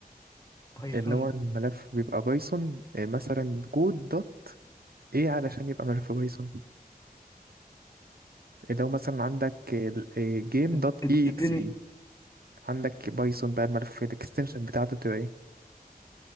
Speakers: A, on the left (about 20°); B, on the right (about 75°).
A: بايثون
B: اللي هو الملف بيبقى بايثون آه، مثلا كود دوت ايه علشان يبقى ملف بايثون اللي هو مثلا عندك جيم
A: اد-
B: دوت
A: اد-
B: اي
A: اديني
B: اكس عندك بايثون بقى الملف الاكستنشن بتاعته بتبقى ايه